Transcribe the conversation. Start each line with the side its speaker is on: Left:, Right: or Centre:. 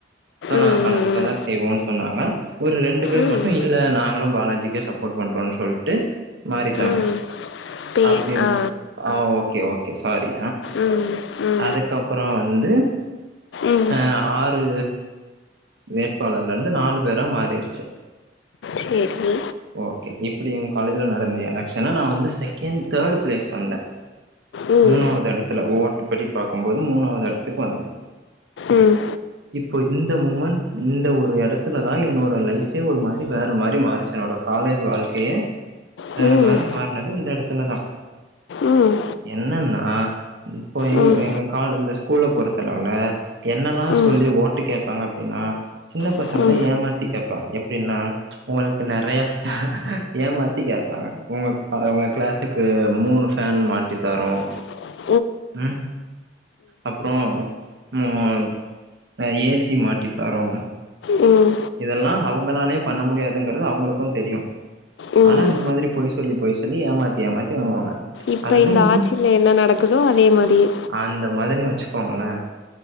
Right: சோ நாங்க
Left: ம்
Right: கலந்துக்கதா
Left: ம்
Right: செய் வோன்னு சொன்னாங்க ஒரு ரெண்டு பேர்
Left: ம்
Right: மட்டு
Left: ம்
Right: இல்ல நாங்களு பாலாஜிக்கே சப்போட் பண்றோன்னு சொல்ட்டு மாறிட்டாங்க
Left: ம் பே
Right: அப்படி
Left: ஆ
Right: ஆ ஓகே ஓகே சாரி
Left: ம் ம்
Right: அதுக்கப்பறோ வந்து
Left: ம்
Right: ஆ ஆறு வேட்பாளர் ல இருந்து நாலு பேரா மாறிருச்சு
Left: சேரி
Right: ஓகே இப்படி எங்க காலேஜ்ல நடந்த எலக்ஷனா நா வந்து செகண்ட் தேர்டு பிளேஸ் வந்தே
Left: ம்
Right: மூணாவது எடத்துல ஓட்டு படி பாக்கும்போது மூணாவது எடத்துக்கு வந்தே
Left: ம்
Right: இப்போ இந்த மூமென்ட் இந்த ஒரு எடத்துல தா என்னோட லைஃபே ஒரு மாதிரி வேற மாதிரி மாறிச்சு என்னோட காலேஜ் வாழ்க்கையே வேற
Left: ம் ம்
Right: மாரி மாறனது இந்த எடத்துலதா
Left: ம்
Right: என்னன்னா இப்ப எ
Left: ம் ம்
Right: எங்க காலு இந்த ஸ்கூல்ல பொறுத்தலவல என்னல்லா
Left: ம் ம் ம்
Right: சொல்லி ஓட்டு கேட்பாங்க டின்னா சின்ன பசங்கள
Left: ம்
Right: ஏமாத்தி கேட்பாங்க எப்டின்னா உங்களுக்கு நெறைய ஏமாத்தி கேப்பாங்க உங்க உங்க கிளாஸ் க்கு மூணு ஃபேன் மாட்டி தரோ
Left: ட்ட்ட்
Right: ம் அப்பறோ ம் ஏ சி மாட்டித்தரோ
Left: ம்
Right: இதெல்லா அவங்களாலயே பண்ண முடியாதுங்கறது அவங்களுக்கு தெரியு
Left: ம்
Right: ஆனா இந்த மாதிரி போய் சொல்லி போய் சொல்லி ஏமாத்தி ஏமாத்தி வாங்குவாங்க
Left: இப்ப
Right: அதுல
Left: இந்த
Right: இன்னு
Left: ஆட்சில என்ன நடக்குதோ அதே மாரியே
Right: அந்த மாதிரி வச்சுக்கோங்களே